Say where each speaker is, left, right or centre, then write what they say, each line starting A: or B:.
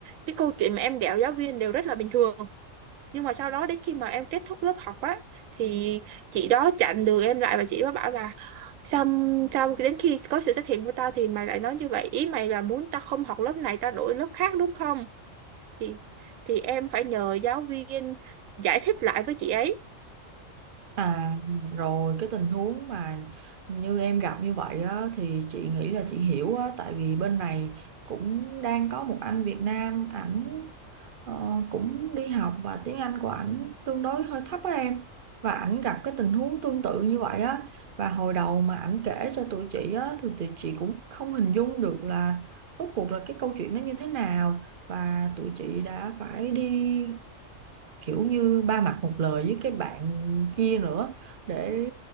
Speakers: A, on the right; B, on the right.
A: cái câu chuyện mà em ghẹo giáo viên đều rất là bình thường nhưng mà sau đó đến khi mà em kết thúc lớp học á thì chị đó chặn đường em lại và chị đó bảo là xong xong đến khi có sự xuất hiện của tao thì mày lại nói như vậy ý mày là muốn tao không học lớp này tao đổi lớp khác đúng không thì thì em phải nhờ giáo viên giải thích lại với chị ấy
B: À rồi cái tình huống mà như em gặp như vậy á, thì chị nghĩ là chị hiểu á, tại vì bên này cũng đang có một anh Việt Nam ảnh ờ, cũng đi học và tiếng Anh của ảnh tương đối hơi thấp á em và ảnh gặp cái tình huống tương tự như vậy á và hồi đầu mà ảnh kể cho tụi chị á thì tụi chị cũng không hình dung được là rốt cuộc là cái câu chuyện nó như thế nào và tụi chị đã phải đi kiểu như ba mặt một lời với cái bạn kia nữa để